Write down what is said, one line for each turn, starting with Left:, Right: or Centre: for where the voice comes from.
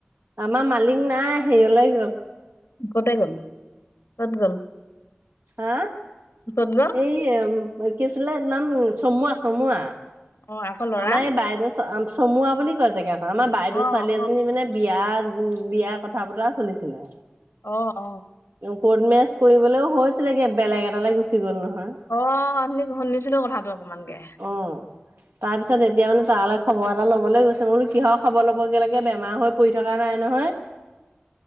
Right: আমাৰ মালিক নাই হেৰিয়লে গ'ল।
Left: ক'তে গ'ল, ক'ত গ'ল?
Right: হা,
Left: ক'ত গ'ল?
Right: এই কি আছিলে নাম চমুৱা, চমুৱা।
Left: অ আকৌ লৰা
Right: আমাৰ এই বাইদেউ ছো চমুুৱা বুলি কয় জেগাকন, আমাৰ বাইদেউ
Left: অ অ
Right: ছোৱালী এজনী মানে বিয়াত বিয়াৰ কথা বতৰা চলিছিলে।
Left: অ', অ'।
Right: কৰ্ট মেৰেজচ কৰিবলৈও হৈছিলে গে, বেলেগ এটালে গুচি গ'ল নহয়!
Left: অ', অথনি শুনিছিলোঁ কথাটো অকমানকে!
Right: অ'। তাৰপিছত এতিয়া মানে তালে খবৰ এটা ল'বলৈ গৈছে। মই বোলো কিহৰ খবৰ ল'বগে লা গে বেমাৰ হৈ পৰি থকা নাই নহয়!